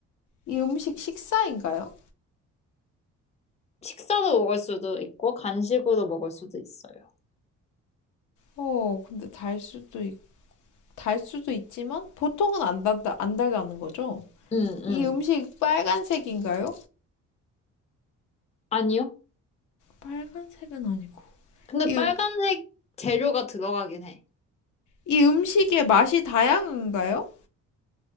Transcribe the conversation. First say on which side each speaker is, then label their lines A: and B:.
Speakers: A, on the left (about 75°); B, on the left (about 20°).
A: 이 음식 식사인가요?
B: 식사로 먹을 수도 있고 간식으로 먹을 수도 있어요.
A: 어, 근데 달 수도 있, 달 수도 있지만 보통은 안 달다, 안 달다는 거죠?
B: 응, 응.
A: 이 음식 빨간색인가요?
B: 아니요.
A: 빨간색은 아니고.
B: 근데
A: 이,
B: 빨간색 재료가 들어가긴 해.
A: 이 음식의 맛이 다양한가요?